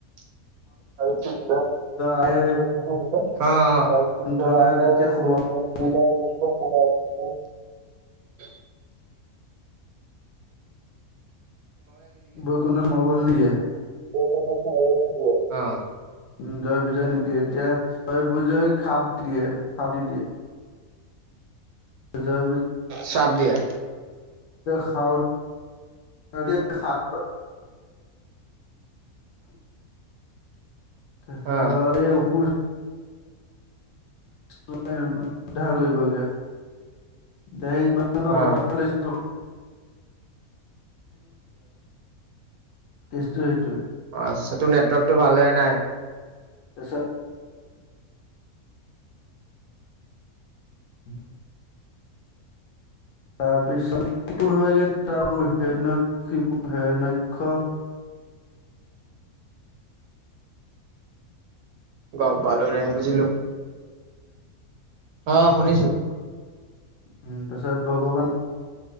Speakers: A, on the right; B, on the left.
A: কছে <unintelligible>
B: আহে
A: অহ চাৰি
B: বৈকুণ্ঠলে
A: সিদ্ধ
B: তেতিয়া সোমাব দিয়ে
A: আৰু বৈকুণ্ঠ লে
B: বৈকুণ্ঠত সোমাব নিদিয়ে,
A: অহ
B: উ জয় বিজয় নিদিয়ে এতিয়া জয় বিজয় খাপ দিয়ে খাপ দি দিয়ে। জয়।
A: চাপ দিয়ে।
B: খা <unintelligible> জাৰে
A: অ
B: অসুৰ উদ্ধাৰ কৰিবগে সেই যমান অৱতাৰ
A: অ
B: লৈছিল। কেছটো সেইটোৱে।
A: আচ্ছা তোৰ নেটৱৰ্কতটো ভাল হয় নাই।
B: তাৰপিছত <unintelligible> তাৰপিছত কিতু হয়গে তাকো হিৰনকখিপুৰ হিৰনাক্ষ
A: গম পালোঁ ৰে বুজিলো। অ শুনিছোঁ।
B: উম, তাৰছত ভগৱান